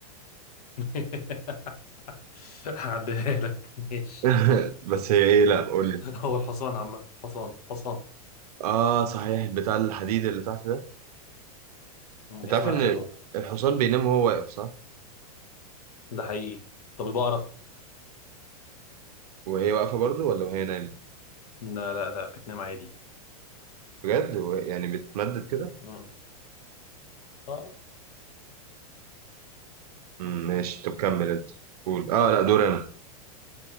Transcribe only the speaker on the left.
<laughs> هعديها لك ماشي
هو الحصان عم حصان حصان
اسمها
الحدوه
ده حقيقي طب البقره
لا لا لا بتنام عادي
مم. آه.